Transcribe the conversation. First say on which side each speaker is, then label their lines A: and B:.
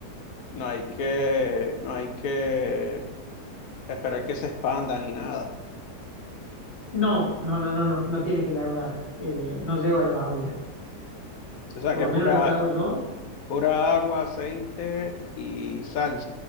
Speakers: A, on the left; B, on the left.
A: No hay que, no hay que esperar que se expanda ni nada.
B: No, no, no, no, no, no tiene que leudar, eh, no lleva levadura,
A: O sea,
B: por
A: que
B: lo
A: es
B: menos
A: pura,
B: lo que hago yo.
A: pura agua, aceite y sal